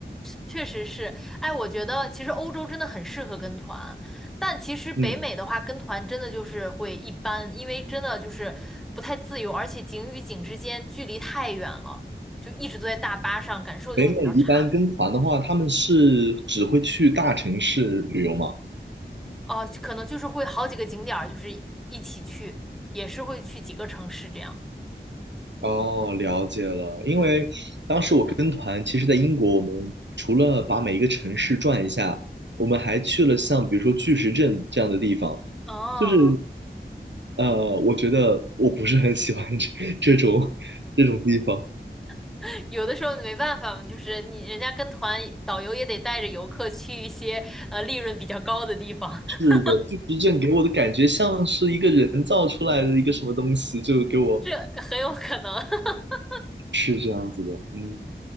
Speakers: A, in the centre; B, on the right.
A: 确实是，哎，我觉得其实欧洲真的很适合跟团，但其实北美的话，
B: 嗯，
A: 跟团真的就是会一般，因为真的就是不太自由，而且景与景之间距离太远了，就一直坐在大巴上，感受就会比较差。
B: 北美一般跟团的话，他们是只会去大城市旅游嘛？
A: 哦、可能就是会好几个景点儿，就是一起去，也是会去几个城市这样。
B: 哦，了解了。因为当时我跟团，
A: 嗯，
B: 其实在英国，我们除了把每一个城市转一下，我们还去了像比如说巨石阵这样的地方。
A: 哦，
B: 就是，呃，我觉得我不是很喜欢 <laughs> 这这种这种地方。
A: <laughs> 有的时候没办法嘛，就是你人家跟团，导游也得带着游客去一些呃利润比较高的地方，
B: 是的，
A: <laughs>
B: 巨石阵给我的感觉像是一个人造出来的一个什么东西，就给我
A: 这很有可能。<laughs>
B: 是这样子的。嗯，